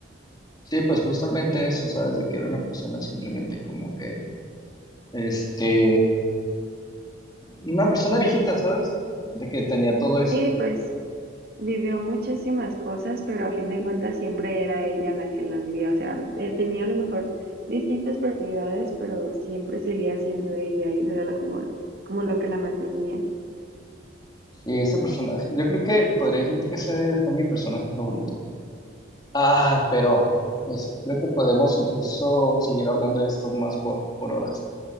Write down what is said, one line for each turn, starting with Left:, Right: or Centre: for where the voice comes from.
Left: Sí, pues justamente eso, ¿sabes? De que era una persona simplemente como que, este, Una persona viejita, ¿sabes? De que tenía todo eso.
Right: Sí, pues vivió muchísimas cosas, pero a fin de cuentas siempre era ella la que las vivía. O sea, eh, tenía a lo mejor distintas personalidades, pero siempre seguía siendo ella y eso era la- como, como lo que la mantenía.
Left: Y ese personaje, yo creo que podría decirte que ese fue mi personaje favorito. Ah, pero pues creo que podemos incluso seguir hablando de esto más por, por horas.